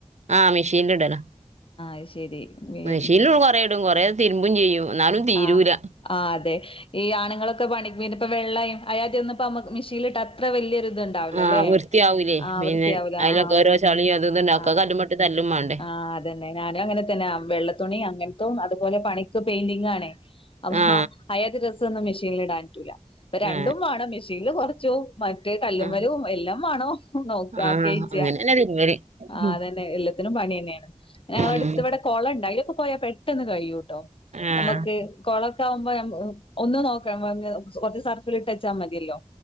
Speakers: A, on the right (about 70°); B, on the left (about 50°).
A: ആ മിശീല്ടല
B: അത് ശരി
A: മിശീലു കൊറേടും കൊറേ തിരുമ്പും ചെയ്യും. എന്നാലും തീരൂല
B: ആ ആ് അതെ ഈ ആണുങ്ങളൊക്കെ പണിക് പിന്നെ ഇപ്പൊ വെള്ളയ അയാദ്യൊന്നും ഇപ്പമ്മക്ക് മിഷീല്ട്ടാ അത്ര വല്യ <unintelligible> ഇത്ണ്ടാവുലല്ലേ?
A: ആ വൃത്തിയാവൂലേ
B: ആഹ
A: പിന്നെ
B: വൃത്തിയാവൂല
A: അതിലൊക്കെ
B: ആ
A: ഓരോ ചളിയും അതും ഇതും ഉണ്ടാവും ഒക്കെ
B: അതന്നെ
A: കല്ലുമ്മട്ട് തല്ലും വേണ്ടേ
B: ആഹ് അതന്നെ ഞാനുഅങ്ങനെത്തന്നെ ആ വെള്ളതുണി അങ്ങനത്തും അതുപോലെ പണിക്ക് പെയിന്റിങ്ങാണേ അപ്പൊ
A: ആ
B: അയാതി ഡ്രെസ്സൊന്നും മെഷീല്ടാൻറ്റൂല അപ്പൊ രണ്ടുംമാണം
A: ആ
B: മെഷീല് കൊറച്ചും മറ്റേ കല്ല്മ്മലും
A: ആ
B: എല്ലാമാണം നോക്കാ
A: ആ
B: ആക്യായ്ച്ച
A: അങ്ങനെന്നെ തിരുമ്മല്
B: ആ
A: ഉം
B: അതന്നെ എല്ല ത്തിനും പണിന്നെണ് പിന്നെഞങ്ങളട്ത്ത്
A: ഉം
B: ഇവടെ കൊളണ്ട് അയിലൊക്കെ പോയാ പെട്ടെന്ന് കയ്യു ട്ടോ
A: ആ
B: ഞമ്മക്ക് കൊള ക്കാക്കുമ്പോ നമ ഒന്നുംനോക്കാ <unintelligible> കൊറച്ച് സർഫില്ട്ട്ച്ചാ മതിയല്ലോ.